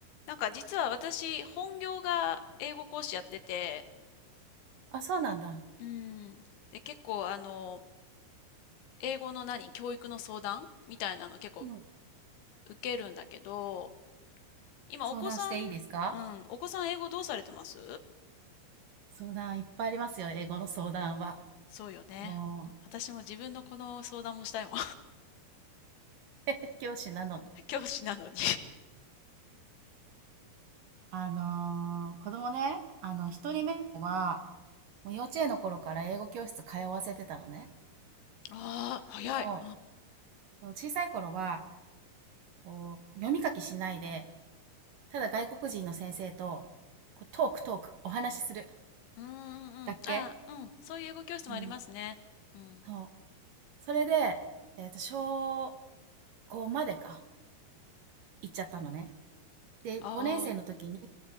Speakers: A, on the left; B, on the right.
A: なんか実は私本業が英語講師やってて、
B: あ、そうなんだ。
A: うん。で、結構あの、英語の何、教育の相談みたいなの結構
B: うん。
A: 受けるんだけど、今お子さん、
B: 相談していいですか
A: うん、お子さん英語どうされてます
B: 相談いっぱいありますよ、英語の相談は。
A: そうよね。
B: も
A: 私も自分のこの相談もしたいもん。
B: う、<laughs> 教師なのに。
A: <laughs> 教師なのに
B: あのー子供ね、あの、一人目は、もう幼稚園の頃から英語教室通わせてたのね。
A: ああ、早い。
B: でも、小さい頃は、こう、読み書きしないで、ただ外国人の先生と、こうトークトーク、お話しする。
A: うん、うんうんうん。
B: だけ
A: ああ、うん。そういう英語教室もありますね。
B: うん。
A: うん。
B: そう。それで、えっと、小5までか、行っちゃったのね。で、
A: ああ、
B: 5年生の時に